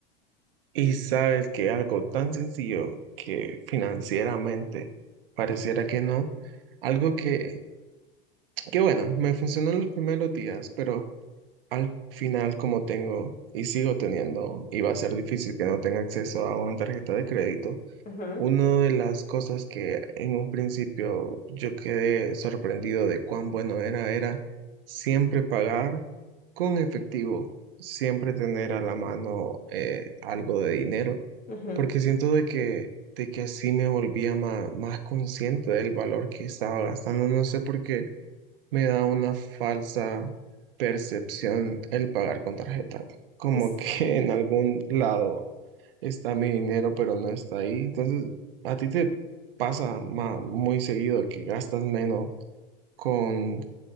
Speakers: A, on the right; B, on the left.
A: Y sabes que algo tan sencillo que financieramente pareciera que no, algo que, que bueno, me funcionó en los primeros días, pero al final como tengo y sigo teniendo, y va a ser difícil que no tenga acceso a una tarjeta de crédito,
B: Ujú,
A: Una de las cosas que en un principio yo quedé sorprendido de cuán bueno era, era siempre pagar con efectivo, siempre tener a la mano eh, algo de dinero,
B: ujú.
A: porque siento de que, de que así me volvía ma- más, consciente del valor que estaba gastando. No sé por qué me da una falsa percepción el pagar con tarjeta, como
B: Es
A: que en algún lado está mi dinero, pero no está ahí. Entonces, a ti te pasa ma- muy seguido que gastas menos con